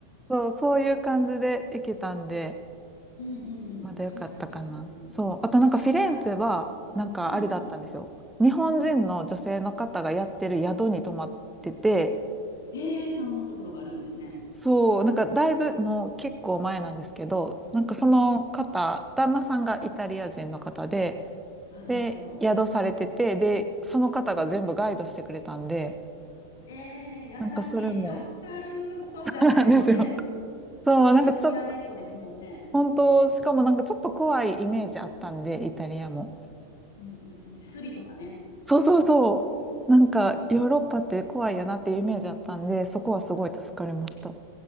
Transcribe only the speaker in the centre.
そう、そういう感じで行けたんで、
まだよかったかな。
そう。あとなんかフィレンツェは、
なんかあれだったんですよ。
日本人の女性の方がやってる宿に泊まってて、
そう、なんかだいぶもう結構前なんですけど、なんかその方、
旦那さんがイタリア人の方で、
で、宿されてて、で、その方が全部ガイドしてくれたんで、
なんかそれも、
<laughs> なんですよ。そう、
なんかちょっと、本当、しかもなんかちょっと怖いイメージあったんで、イタリアも。
そうそうそう。なんか、
ヨーロッパって怖いやなっていうイメージあったんで、そこはすごい助かりました。